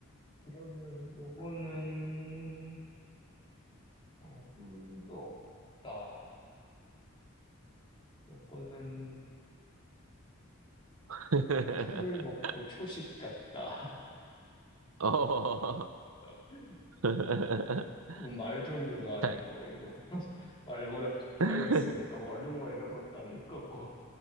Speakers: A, on the left; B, on the right.
A: 그러면 요거는, 어, 뿔도 없다. 요거는,
B: <laughs>
A: 풀을 먹고 초식 같다.
B: 어.
A: <laughs>
B: <laughs>
A: 말 종류도 아니고,
B: 잘-
A: 이거, <laughs> 말보다 크다고
B: <laughs>
A: 했으니까, 뭐 얼룩말 것도 아닐 거고.